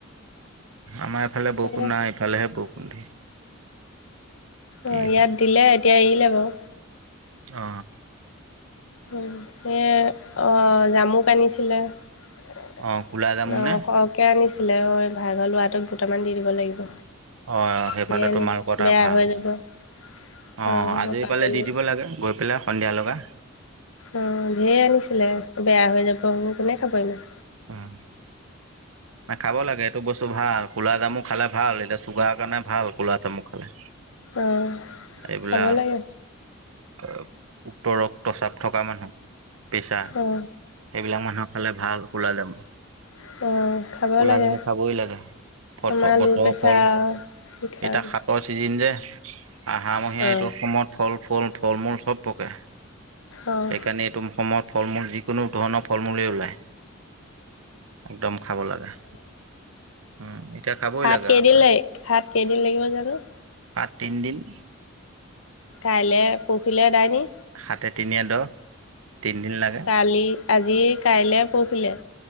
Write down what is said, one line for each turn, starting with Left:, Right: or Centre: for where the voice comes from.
Right: আমাৰ এইফালে বৰষুণ
Left: এ
Right: নাই। হ'লেহে বৰষুণ দি কি
Left: অ', ইয়াত
Right: হয়
Left: দিলে এতিয়া এৰিলে বাৰু।
Right: অ,।
Left: <unintelligible> অ', জামুক আনিছিলে। <unintelligible>
Right: অ কোলা জামুনে
Left: ক'ক। কে আনিছিলে ঐ, ভাগঘৰ লৰাটোক দুটামান দি দিব লাগিব।
Right: অ', সেইফালে
Left: ধেৰ আনিছে
Right: তোমালোকৰ এটা
Left: বেয়া
Right: ভাল।
Left: হৈ যাব অঁ
Right: অ', আজি
Left: মই পাহৰি
Right: পালে দি
Left: আছোঁ
Right: দিব লাগে গৈ, পেলাই সন্ধিয়া লগে।
Left: অ', ঢেৰ আনিছিলে, বেয়া হৈ যাব, কোনে খাবই ন।
Right: উম'। আ', খাব লাগে, এইটো বস্তু ভাল, কু'লা জামু খালে ভাল, এতিয়া চুগাৰৰ কাৰণে ভাল কু'লা জামু খালে।
Left: অঁ
Right: এইবিলাক
Left: খাব লাগে
Right: <unintelligible> উপ ৰক্তচাপ থকা মানুহ পেচা
Left: অঁ
Right: এইবিলাক মানুহ খালে ভাল কু'লা জাম।
Left: অঁ। খাব
Right: ক'লা
Left: লাগে
Right: জামু খাবই লাগে। ফত-তৰ
Left: আমাৰ ল' প্ৰেছাৰ
Right: ফল,
Left: কি খাম
Right: এতিয়া সাতৰ ছিজিন যে আহাৰ মহীয়া
Left: অঁ
Right: এইটো সময়ত ফল, ফুল, ফল-মূল চব পকে।
Left: অঁ
Right: সেইকাৰণে এইটো সময়ত ফল-মূল যিকোনো ধৰণৰ ফল-মূলেই ওলায়। একদম খাব লাগে। উম, এতিয়া খাবই
Left: ভাত
Right: লাগে
Left: কেইদিন
Right: সাত
Left: লাগ ভাত কেইদিন লাগিব জানো
Right: তিনদিন।
Left: কাইলে পৰখিলে আদায় নি।
Right: সাতে তিনিয়ে দহ। তিনদিন লাগে।
Left: কালি আজি কাইলৈ পৰখিলে